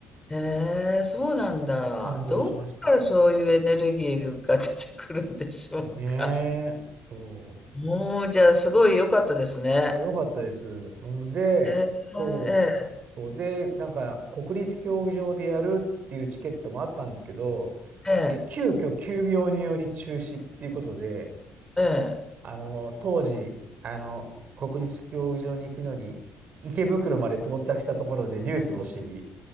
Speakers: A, on the left; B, on the right.
A: ええ、えそうなんだ。
B: 感動しました。
A: どっからそういうエネルギーが出てくるんでしょうか？
B: ねえ、そう。
A: もう、じゃあ、すごい良かったですね。
B: あ、よかったです。うん、で、
A: ええ、
B: そう。
A: ええ、
B: そうで、なんか、国立競技場でやるっていうチケットもあったんですけど、
A: ええ、
B: え、急遽急病により中止っていうことで、
A: え
B: あの、当時、あの、国立競技場に行くのに、池袋まで到着したところでニュースを知り、